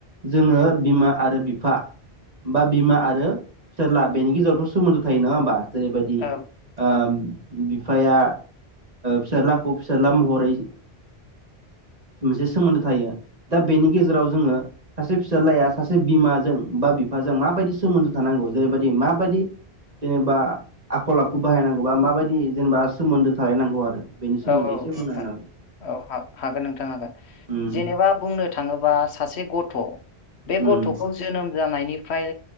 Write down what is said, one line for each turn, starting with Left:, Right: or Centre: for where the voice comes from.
Right: जोङो बिमा आरो बिफा बा बिमा आरो फिसाज्ला बेनि गेजेरावथ' सोमोन्दो थायो नङा होमबा जेरैबायदि
Left: औ
Right: ओ
Left: औ
Right: बि फाया फिसाज्लाखौ फिसााज्ला महरै
Left: <inaudible>
Right: मोनसे सोमोन्दो थायो दा बेनि गेजेराव जोङो सासे फिसाज्लाया सासे बिमाजों बा बि। फाजों माबायदि सोमोन्दो थानांगौ जेरैबायदि माबायदि। जेनेबा आखल आखु बाहायनांगौबा माबायदि जेनेबा सोमोन्दो थालायनांगौ आरो। बेनि सोमोन्दै
Left: औ औ
Right: एसे बुंना
Left: नोंथां
Right: होनो
Left: औ हागोन नोंथां हागोन
Right: हागोन
Left: जेनेबा बुंनो थाङोबा। सासे गथ' बे गथ'खौ
Right: उम
Left: जोनोम जानायनिफ्राय